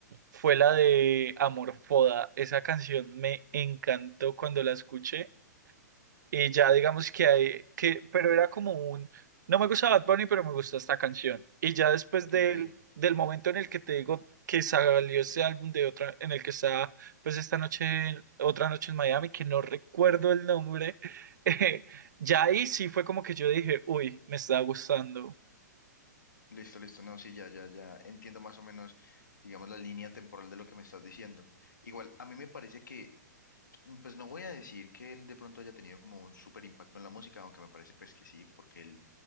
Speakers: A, on the right; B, on the left.
A: fue la de Amor Foda. Esa canción me encantó cuando la escuché. Y ya digamos que hay, que, pero era como un, no me gusta Bad Bunny, pero me gusta esta canción. Y ya después del,
B: Ok.
A: del momento en el que te digo que salió ese álbum de otra, en el que está, pues esta noche, en- otra noche en Miami, que no recuerdo el nombre, <laughs> eh, ya ahí sí fue como que yo dije, uy, me está gustando.
B: Listo, listo, no, sí, ya, ya, ya entiendo más o menos, digamos, la línea temporal de lo que me estás diciendo. Igual, a mí me parece que, mm, pues no voy a decir que él de pronto haya tenido como un súper impacto en la música, aunque me parece pues que sí, porque él,